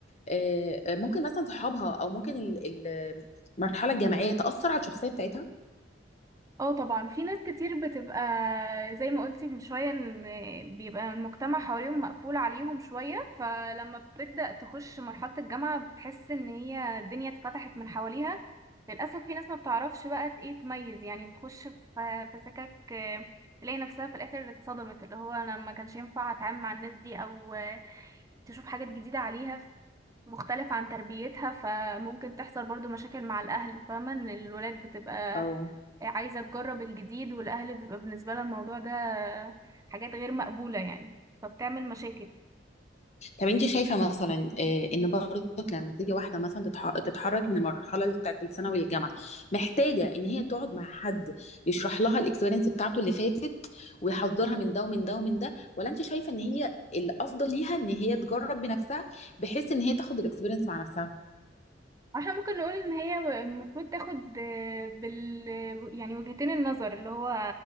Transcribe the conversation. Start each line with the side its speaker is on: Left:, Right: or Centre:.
Left: آه، آه، ممكن مثلا صحابها او ممكن ال- ال- المرحله الجامعيه تاثر على الشخصيه بتاعتها
Right: اه طبعا في ناس كتير بتبقى زي ما قلتي من شوية ان بيبقى المجتمع حواليهم مقفول عليهم شوية فلما بتبدأ تخش مرحلة الجامعة بتحس ان هي الدنيا اتفتحت من حواليها للأسف في ناس ما بتعرفش بقى ت- ايه تميز يعني بتخش في في سكك آه، تلاقي نفسها في الآخر اتصدمت اللي هو انا ما كانش ينفع اتعامل مع الناس دي او آه، تشوف حاجات جديدة عليها مختلف عن تربيتها فممكن تحصل برضو مشاكل مع الأهل فاهمة ان الولاد بتبقى
Left: اه
Right: عايزة تجرب الجديد والأهل بيبقى بالنسبة لها الموضوع ده حاجات غير مقبولة يعني فبتعمل مشاكل
Left: طب انت شايفه مثلا آه، ان برضك لما تيجي واحده مثلا تتح- تتحرك من المرحله بتاعت الثانوي للجامعه محتاجه ان هي تقعد مع حد يشرح لها الاكسبيرينس بتاعته اللي فاتت ويحذرها من ده ومن ده ومن ده ولا انت شايفه ان هي الافضل ليها ان هي تجرب بنفسها بحيث ان هي تاخد الاكسبيرينس مع نفسها
Right: احنا ممكن نقول ان هي المفروض تاخد آه، بال يعني وجهتين النظر اللي هو